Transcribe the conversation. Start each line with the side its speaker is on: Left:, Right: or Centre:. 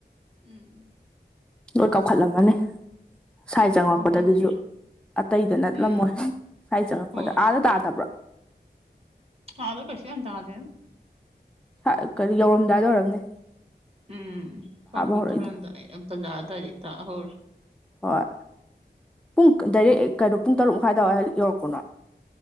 Right: ꯎꯝ ꯎꯝ
Centre: ꯂꯣꯏ ꯀꯥꯎꯈꯠꯂꯝꯃꯅꯤ ꯁꯥꯏ ꯆꯪꯉꯛꯄꯗ
Right: ꯂꯧꯈꯠꯈ꯭ꯔꯦ
Centre: ꯑꯗꯨꯖꯨ ꯑꯇꯩꯗ ꯅꯠꯂꯝꯃꯣꯏ
Right: ꯎꯝ
Centre: ꯁꯥꯏ ꯆꯪꯉꯛꯄꯗ
Right: ꯍꯣꯏ
Centre: ꯑꯥꯗ ꯇꯥꯗꯕ꯭ꯔꯥ
Right: ꯑꯥꯗ ꯀꯩꯁꯨ ꯌꯥꯝ ꯇꯥꯗꯦꯗ
Centre: <unintelligible> ꯀꯔꯤ ꯌꯧꯔꯝꯗꯥꯏꯗ ꯑꯣꯏꯔꯝꯅꯤ
Right: ꯎꯝ ꯈꯔ ꯀꯨꯝꯊꯥꯔꯝꯗꯥꯏ
Centre: ꯍꯧꯔꯛꯏꯗꯣ
Right: ꯕꯖꯥꯔ ꯑꯗꯥꯏꯗꯩ ꯇꯥꯕ ꯍꯧꯔꯦ
Centre: ꯍꯣꯏ ꯄꯨꯡ ꯀꯗꯥꯏꯔꯦꯛ ꯀꯩꯅꯣ ꯄꯨꯡ ꯇꯔꯨꯛ ꯃꯈꯥꯏ ꯑꯗꯋꯥꯏ ꯌꯧꯔꯛꯄꯔꯣ ꯅꯣꯏ